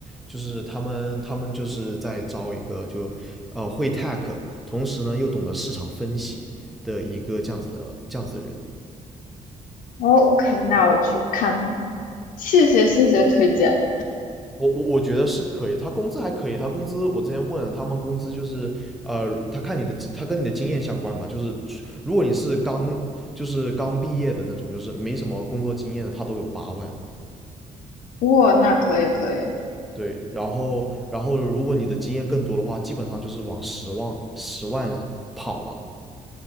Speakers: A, in the centre; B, on the left (about 85°).
A: 就是他们他们就是在招一个就呃会 tech，同时呢又懂得市场分析的一个这样子的这样子的人。
B: OK，那我去看看。谢谢谢谢推荐。
A: 我我我觉得是可以，他工资还可以，他工资我之前问了，他们工资就是呃，他看你的他跟你的经验相关嘛，就是如果你是刚就是刚毕业的那种，就是没什么工作经验的，他都有八万。
B: 哇、那可以可以。
A: 对，然后然后如果你的经验更多的话，基本上就是往十万十万跑了。